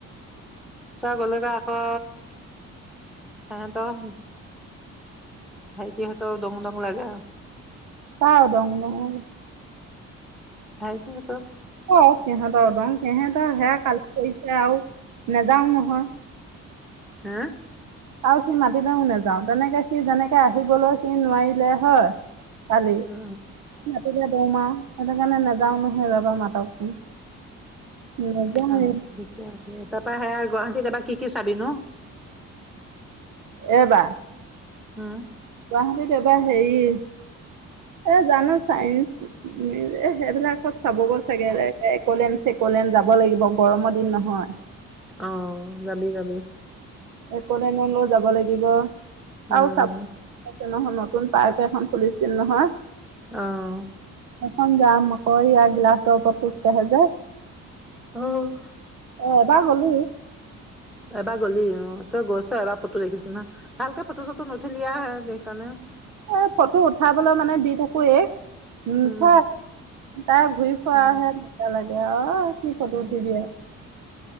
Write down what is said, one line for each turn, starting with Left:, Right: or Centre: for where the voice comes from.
Centre: তই গ'লেতো আকৌ, সিহঁতক- ভাইটিহঁতেও দমুনক- লাগে আৰু।
Right: অহ <unintelligible>
Centre: ভাইটিহঁতেও-
Right: অহ সিহঁতৰ দম, সিহঁতৰহে কাল কৰিছে আৰু। নেযাওঁ নহয়।
Centre: হা?
Right: আৰু সি মাতিলেও নেযাওঁ। তেনেকে সি যেনেকে আহিবলৈ সি নোৱাৰিলে হয়। কালি।
Centre: অ
Right: নাছিলে, দেৰ মাহ। সেইটো কাৰণে নাযাওঁ নহয়। ৰ'বা, মাতকচোন। নাযাওঁ
Centre: অহ থিকে আছে। তাত- পা সেয়া, গুৱাহাটীত এবাৰ কি কি চাবি নু?
Right: এইবাৰ?
Centre: হম।
Right: গুৱাহটীত এবাৰ হেৰি এ জানো চাইনচ উ, এ সেইবিলাকত চাব গ'ল চাগে লে এক'লেণ্ড চেকলেন যাব লাগিব গৰমৰ দিন নহয়।
Centre: অ', যাবি, যাবি।
Right: এক'লেণ্ডলৈ যাব লাগিব। আৰু
Centre: উম
Right: চাবছ একে নহ, নহ নতুন পাৰ্ক এখন খুলিছিল নহয়।
Centre: অ'।
Right: এখন দাম আকৌ ইয়াৰ গিলাচৰ ওপৰত খোজকাঢ়ে যে।
Centre: অ'।
Right: অ' এবাৰ হ'লো।
Centre: এবাৰ গ'লি অ', তই গৈছ এবাৰ ফটো দেখিছো নহয়। ভালকে ফটো-চটো নুঠিলি আৰু হে সেইকাৰণ
Right: এই ফটো উঠাবলৈ মানে দি থাকো এইক নুঠে
Centre: উম
Right: তাই ঘূৰি ফুৰাহে
Centre: উম
Right: লাগিছে এয়া <inaudible> কি ফটো
Centre: উম
Right: উঠি দিয়ে।